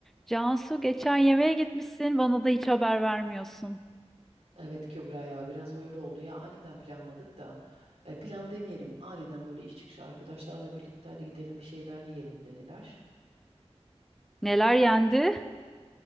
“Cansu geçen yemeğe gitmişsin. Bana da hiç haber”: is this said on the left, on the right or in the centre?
Centre